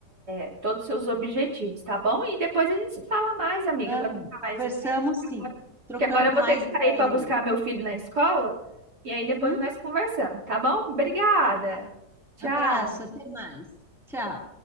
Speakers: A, on the right; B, in the centre.
A: eh, todos os seus objetivos, tá bom? E depois a gente se fala mais, amiga,
B: aham,
A: para trocar
B: Conversamos
A: mais ideias.
B: sim.
A: Agora-
B: Trocamos
A: Porque agora eu vou
B: mais
A: ter que
B: ideia
A: sair para buscar
B: aí.
A: meu filho na escola, e aí
B: Uhum,
A: depois nós conversamos, tá bom? Obrigada.
B: Então tá.
A: Tchau.
B: Abraço, até mais. Tchau.